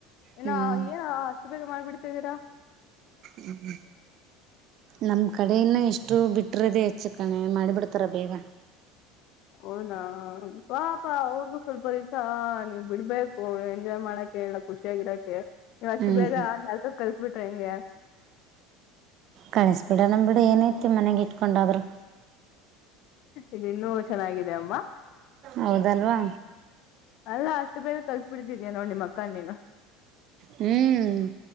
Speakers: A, on the left (about 60°); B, on the right (about 55°).
A: ಏನ್ನು
B: ಹ್ಮ್
A: ಏನ್ ಅಷ್ಟು ಬೇಗ ಮಾಡ್ಬಿಡ್ತಿದ್ದೀರಾ.
B: ಹ್ಮ ನಮ್ ಕಡೆಯನ ಎಷ್ಟು ಬಿಟ್ಟ. <unintelligible> ಹೆಚ್ಚು ಕಣ ಮಳಿಬಿಡತರ ಬೇಗ.
A: ಹನಾ ಪಾಪಾ ಅವ್ರಗೂ ಸ್ವಲ್ಪ. ಹಾ ನೀವ್ ಬಿಡ್ಬೇಕು ಎಂಜಾಯ್ ಮಾಡಕ್ಕೆ ಎಲ್ಲ ಖುಷಿಯಾಗಿರಕ್ಕೆ ನೀವ್ ಅಷ್ಟು
B: ಹ್ಮ್
A: ಬೇಗ.
B: ಹ್ಮ್
A: ಕಲ್ಸ ಬಿಟಂಗೆ.
B: ಕಳಿಸ್ಬಿಡ ನಮ್ಮ ಬಿಡು ಏನೈತಿ ಮನೆಗೆ ಇಟ್ಕೊಂಡಾದ್ರರು.
A: ಇನ್ನುೂ ಚೆನ್ನಾಗಿದೆ ಅಮ್ಮ.
B: ಹೌದಲ್ವಾ.
A: ಅಲ್ಲಾ ಅಷ್ಟು ಬೇಗ ಕಲ್ಸಬಿಟ್ಟಿದಿದ್ಯಾ ನೋ ನಿ ಮಕ್ಕನ್ನನೀನು.
B: ಹ್ಮ್.